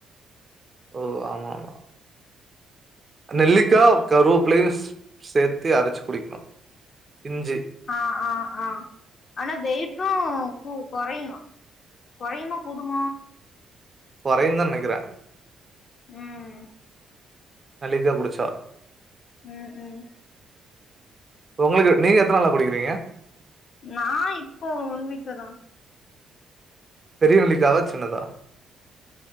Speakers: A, on the right (about 30°); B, on the left (about 55°).
A: ஓ ஆமா ஆமா நெல்லிக்கா கருவேப்புலயு சேத்து அரச்சு குடிக்கணு இஞ்சி
B: ஆ ஆ ஆ ஆனா வெயிட்டு கு கொறையு கொறையுமா கூடும்
A: கொறையுந்தா நெனைக்கிறே
B: ம்
A: நலிக்கா குடிச்சா
B: ம் ம்
A: உங்களுக்கு நீங்க எத்த நாளா குடிக்கிறீங்க
B: நா இப்போ ஒன்வீக்ளதா
A: பெரிய நெல்லிக்காவா சின்னதா